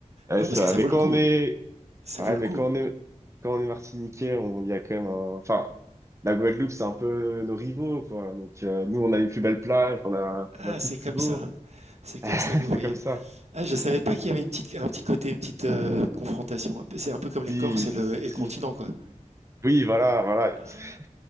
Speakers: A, on the right; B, on the right.
A: ouais,
B: Non,
A: c'est
B: parce que
A: vrai,
B: ça
A: mais
B: vaut le
A: quand
B: coup.
A: on est,
B: hein. Ça
A: Ouais,
B: vaut le
A: mais
B: coup.
A: quand
B: hein.
A: on est, quand on est martiniquais, on, il y a quand même un... Enfin, la Guadeloupe, c'est un peu nos rivaux, quoi. Donc, euh, nous, on a les plus belles plages, on a,
B: Ah,
A: on a tout
B: c'est
A: de plus
B: comme
A: beau.
B: ça. C'est comme
A: <laughs>
B: ça que vous voyez.
A: C'est comme ça.
B: Ah, je savais pas qu'il y avait une petite, un petit côté, une petite euh, confrontation. C'est un peu comme les
A: Si,
B: Corses et
A: si,
B: le, et le
A: si.
B: continent, quoi.
A: Oui, voilà, voilà.
B: Ah,
A: <laughs>